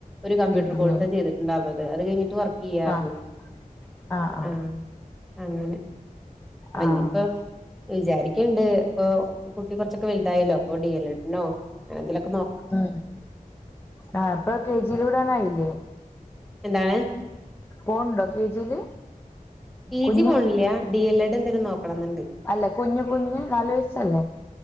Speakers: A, in the centre; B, on the left.
A: ഒരു കമ്പ്യൂട്ടർ
B: ഡിഗ്രി
A: കോഴ്സ ചെയ്തിട്ടുണ്ടായിുന്നത് അത് കഴിഞ്ഞിട്ട് വർക്ക് ചെയ്യരുന്നു
B: ആഹ് ആഹ് ആഹ്
A: ആ അങ്ങനെ അ
B: ആഹ്
A: ഇനിയിപ്പോ വിചാരിക്കണ്ട് ഇപ്പൊ കുട്ടി കുറച്ച് വൽതായല്ലോഅപ്പോ ഡി അലോട്നോ അല്ല <inaudible>
B: ഉ ആ ഇപ്പൊ കെ ജിയില വിടാന ആയില്ലേ
A: എന്താണ്
B: പോൺണ്ടോ കെജിയില്
A: പി
B: കുഞ്ഞ്
A: ജി പോണില്ല ഡി എൽ എഡ് എന്തേലും നോക്കണംന്നുണ്ട്
B: അല്ല കുഞ്ഞ് കുഞ്ഞ് നാലവയസല്ലേ